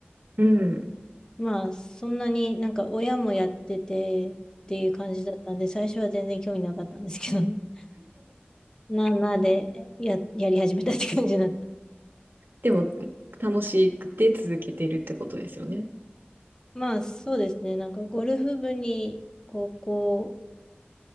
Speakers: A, on the right (about 60°); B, on the left (about 20°).
A: うん。
B: まあ、そんなになんか親もやっててっていう感じだったんで、最初は全然興味なかったんですけどね。<laughs> な、なで、や、やり始めたって感じだった。
A: でも、楽しくて続けてるってことですよね。
B: まあそうですね。なんかゴルフ部に高校